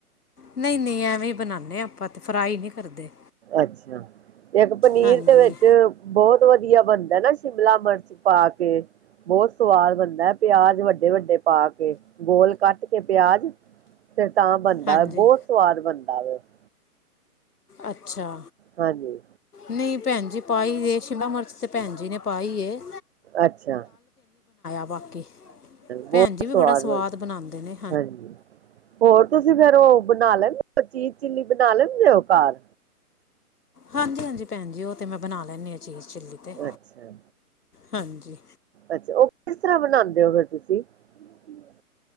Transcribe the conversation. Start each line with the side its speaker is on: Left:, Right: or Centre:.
Left: ਨਈ, ਨਈ ਐਵੇਂ ਈ ਬਨਾਨੇ ਆ। ਆਪਾਂ ਤੇ ਫਰਾਈ ਨਈ ਕਰਦੇ।
Right: ਅੱਛਾ, ਏਕ ਪਨੀਰ
Left: ਹਾਂਜੀ
Right: ਦੇ ਵਿੱਚ ਬੋਤ ਵਦੀਆ ਬਨਦੈ ਨਾ ਸ਼ਿਮਲਾ ਮਰਚ ਪਾ ਕੇ, ਬੋਤ ਸਵਾਦ ਬਨਦਾ ਐ ਪੇਆਜ ਵੱਡਾ ਵਡੇ- ਵੱਡੇ ਪਾ ਕੇ, ਗੋਲ ਕੱਟ ਕੇ ਪਿਆਜ ਫਿਰ ਤਾਂ ਬਣਦਾ
Left: ਹਾਂਜੀ
Right: ਬਹੁਤ ਸਵਾਦ ਬਣਦਾ। <inaudible>
Left: ਅੱਛਾ।
Right: ਹਾਂਜੀ।
Left: ਨਹੀਂ ਭੈਣ ਜੀ, ਪਾਈ ਇਹ ਸ਼ਿਮਲਾ ਮਿਰਚ ਭੈਣ ਜੀ ਨੇ ਪਾਈ ਹੈ।
Right: ਅੱਛਾ-ਅੱਛਾ,
Left: ਬਾਕੀ
Right: ਬਹੁਤ
Left: ਭੈਣ ਜੀ ਵੀ
Right: ਸਵਾਦ
Left: ਬੜਾ
Right: ਬਣ,
Left: ਬਣਾਉਂਦੇ ਨੇ
Right: ਹਾਂਜੀ ਹੋਰ ਤੁਸੀਂ ਫੇਰ ਉਹ ਬਣਾ ਲੈਦੇ ਚੀਜ਼ ਚਿੱਲੀ ਬਣਾ ਲੈਣਦੇ ਉਹ ਘਰ।
Left: ਹਾਂਜੀ-ਹਾਂਜੀ ਭੈਣ ਜੀ, ਉਹ ਤੇ ਮੈਂ ਬਣਾ ਲੈਂਦੀ ਆ ਚੀਜ਼ ਚਿੱਲੀ ਤੇ।
Right: ਅੱਛਾ
Left: ਹਾਂਜੀ।
Right: ਅੱਛਾ, ਉਹ ਕਿਸ ਤਰ੍ਹਾਂ ਬਣਾਉਂਦੇ ਹੋ ਫਿਰ ਤੁਸੀਂ। ਹਮ।